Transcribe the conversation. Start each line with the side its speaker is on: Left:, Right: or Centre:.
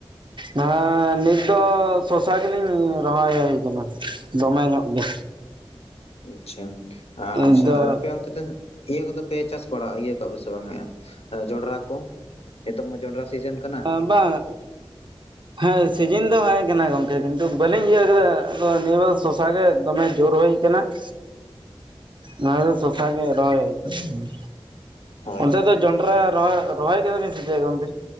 Right: ᱦᱮᱸ ᱱᱤᱛ ᱫᱚ ᱥᱚᱥᱟ ᱜᱮᱞᱤᱧ ᱨᱚᱦᱚᱭ ᱦᱩᱭ ᱠᱟᱱᱟ ᱫᱚᱢᱮ ᱧᱚᱜ ᱜᱮ᱾
Left: ᱟᱪᱪᱷᱟ, ᱟᱪᱪᱷᱟ
Right: ᱱᱤᱛ ᱫᱚ
Left: ᱟᱨ ᱟᱯᱮ ᱚᱱ <unintelligible> ᱤᱭᱟᱹ ᱠᱚᱫᱚᱯᱮ ᱪᱟᱥ ᱵᱟᱲᱟᱜ ᱤᱭᱟᱹ ᱠᱟᱜ-ᱟ ᱯᱮ ᱥᱮ ᱵᱟᱝᱟ, ᱡᱚᱸᱰᱨᱟ ᱠᱚ? ᱱᱤᱛᱳᱜ ᱢᱟ ᱡᱚᱸᱰᱨᱟ ᱥᱤᱡᱤᱱ ᱠᱟᱱᱟ᱾
Right: ᱟ ᱵᱟᱝ᱾ ᱦᱮᱸ ᱥᱤᱡᱤᱱ ᱫᱚ ᱦᱮᱸ ᱠᱟᱱᱟ ᱜᱚᱝᱠᱮ᱾ ᱠᱤᱱᱛᱩ ᱵᱟᱹᱞᱤᱧ ᱤᱭᱟᱹ ᱠᱟᱫᱟ ᱟᱫᱚ ᱱᱤᱭᱟᱹ ᱵᱟᱨ ᱫᱚ ᱥᱚᱥᱟ ᱜᱮ ᱫᱚᱢᱮ ᱡᱳᱨ ᱦᱩᱭ ᱟᱠᱟᱱᱟ᱾ <inaudible>
Left: <inaudible>
Right: ᱞᱟᱦᱟ ᱫᱚ ᱥᱚᱥᱟ ᱜᱮ ᱨᱚᱦᱚᱭ ᱦᱩᱭ ᱠᱟᱱᱟ ᱦᱩᱸ,
Left: ᱦᱳᱭ
Right: ᱚᱸᱰᱮ
Left: ᱦᱳᱭ
Right: ᱫᱚ ᱡᱚᱸᱰᱨᱟ ᱨᱚᱦᱚᱭ, ᱨᱚᱦᱚᱭ ᱠᱟᱫᱟ ᱵᱤᱱ ᱥᱮ ᱪᱮᱫ ᱜᱚᱝᱠᱮ?